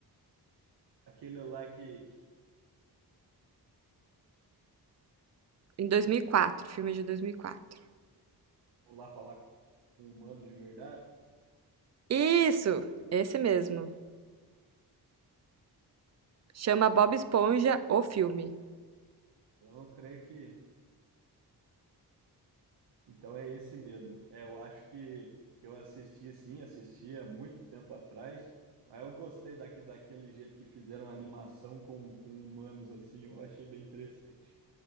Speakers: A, on the right; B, on the right.
A: aquele lá que, que
B: Em 2004. filme de 2004.
A: foi lá falar com humanos de verdade.
B: Isso, esse mesmo. Chama Bob Esponja o filme.
A: Então, eu creio que. Então é esse mesmo. É, eu acho que, que eu assisti sim, assisti há muito tempo atrás, mas eu gostei daqui, daquele jeito que fizeram a animação com, com humanos assim, eu achei bem interessante.